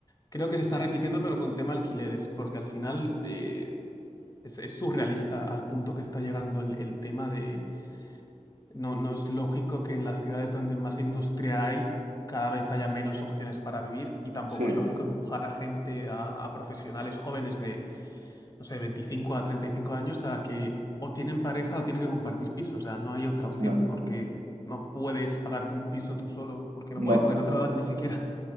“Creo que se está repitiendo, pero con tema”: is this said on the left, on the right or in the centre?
Left